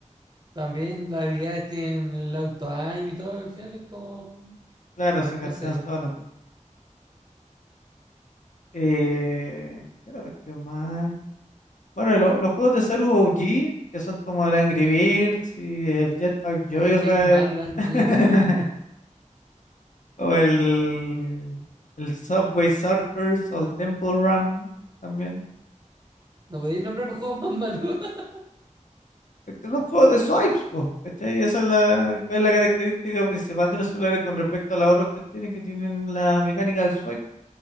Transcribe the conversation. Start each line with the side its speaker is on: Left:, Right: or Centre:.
Right: También las habilidades tienen el auto-aim y todo, al final es como,
Left: Claro, se castean
Right: no sé.
Left: solas también. Eh, ¿qué otra cuestión más hay? Bueno, lo- los juegos de celu OG, que son como el Angry Birds y el Jetpack Joyride.
Right: Ay, qué mal la han
Left: <laughs>
Right: vivido.
Left: O el, el Subway Surfers o el Temple Run también.
Right: No podéis nombrar los juegos más malos. <laughs>
Left: Porque son juegos de swipes, pues, ¿cachai? Esa es la, cuál es la característica principal de los celulares con respecto a las otras cuestiones que tienen la mecánica del swipe,